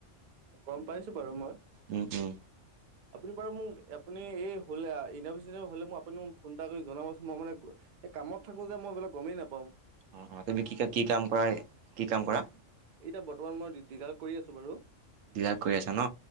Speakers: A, on the right; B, on the right.
A: গম পাইছো বাৰু মই।
B: উম উম
A: আপুনি বাৰু মোক আপুনি এই হলে ইণ্টাৰভিউ চিন্তাৰভিউ হলে মোক আপুনিও মোক ফোন এটা কৰি জনাবচোন মই মানে গ এই কামত থাকো যে মই এইবিলাক গমেই নেপা
B: অ অ তুমি কি কি কাম কৰা এ কি কাম কৰা?
A: এতিয়া বৰ্তমান মই দি দীঘাত কৰি আছো বাৰু
B: ডিলাত কৰি আছা ন?